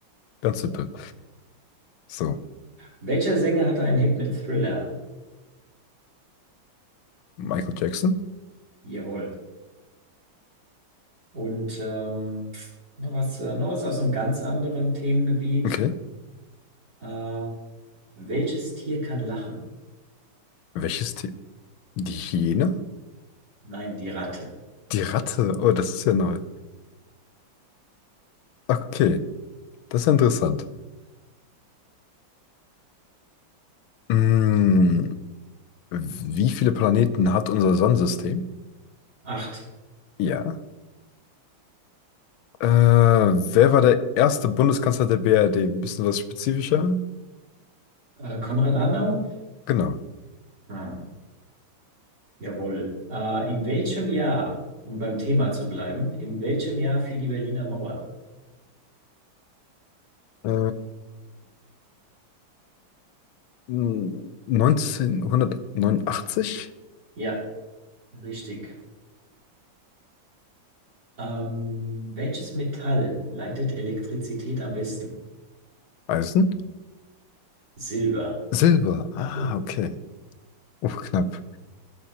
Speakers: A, on the left; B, on the right.
A: ganz simpel. So,
B: Welcher Sänger hatte einen Hit mit Thriller?
A: Michael Jackson?
B: Jawohl. Und ähm, noch was, äh, noch was aus einem ganz anderen Themengebiet.
A: Okay.
B: Äh, welches Tier kann lachen?
A: Welches Tier? Die Hyäne?
B: Nein, die Ratte.
A: Die Ratte? Oh, das ist ja neu. Okay, das ist ja interessant. Mm, wie viele Planeten hat unser Sonnensystem?
B: Acht.
A: Ja. Äh, wer war der erste Bundeskanzler der BRD? Ein bisschen was spezifischer?
B: Äh, Konrad Adenauer?
A: Genau.
B: Ah, jawohl. Äh, in welchem Jahr, um beim Thema zu bleiben, in welchem Jahr fiel die Berliner Mauer?
A: Äh, Hm, 1989?
B: Ja, richtig. Ähm, welches Metall leitet Elektrizität am besten?
A: Eisen?
B: Silber.
A: Silber. Ah,
B: Das
A: okay. Uff, knapp.